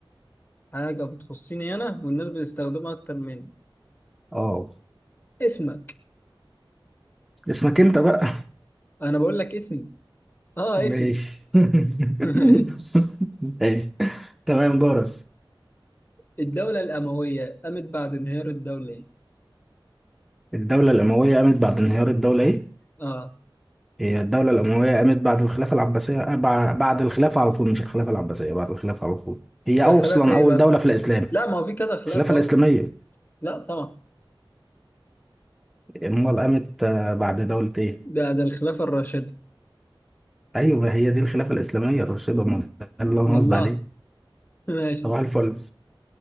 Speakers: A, on the left; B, in the centre.
A: حاجة بتخصني أنا والناس بتستخدمها أكتر مني
B: اه
A: اسمك
B: اسمك أنت بقى
A: أنا بقول لك اسمي اه
B: ماشي
A: اسمي <laughs>
B: <laughs> ماشي تمام دورك
A: الدولة الأموية قامت بعد انهيار الدولة إيه؟
B: الدولة الأموية قامت بعد انهيار الدولة إيه؟
A: اه
B: هي الدولة الأموية قامت بعد الخلافة العباسية آه، بع- بعد الخلافة على طول مش الخلافة العباسية بعد الخلافة على طول هي
A: الخلافة
B: أصلا
A: إيه
B: أول
A: بقى؟
B: دولة في الإسلام
A: لا ما هو في كذا خلافة
B: الخلافة الإسلامية
A: أصلا لا طبعا
B: أمال قامت آه، بعد دولة إيه؟
A: ده ده الخلافة الراشدة
B: أيوه هي دي الخلافة الإسلامية يا رشيد أمال ده اللي أنا
A: والله
B: قصدي عليه
A: <laughs> ماشي
B: صباح الفل